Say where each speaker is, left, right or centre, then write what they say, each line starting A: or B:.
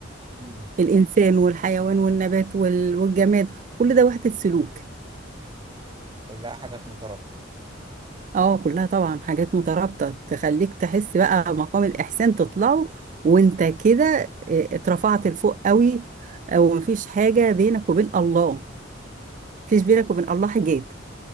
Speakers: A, on the right; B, on the right.
A: مم.
B: الانسان والحيوان والنبات وال- والجماد كل ده وحده سلوك
A: كلها حاجات مترابطة
B: اه كلها طبعا حاجات مترابطة تخليك تحس بقى مقام الإحسان تطلعه وانت كده اه، اترفعت لفوق قوي اه، ومفيش حاجة بينك وبين الله مفيش بينك وبين الله حجاب